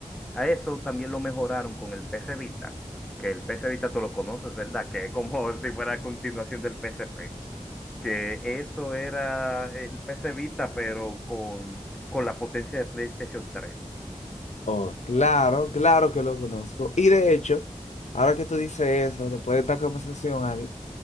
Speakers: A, in the centre; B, on the left (about 70°).
A: A eso también lo mejoraron con el PS Vita, que el PS Vita tú lo conoces, ¿verdad? Que es como <laughs> si fuera a continuación del PSP, que eso era el PS Vita, pero con, con la potencia de PlayStation tres.
B: Oh, claro, claro que lo conozco. Y de hecho, ahora que tú dices eso, después de esta conversación, Alex,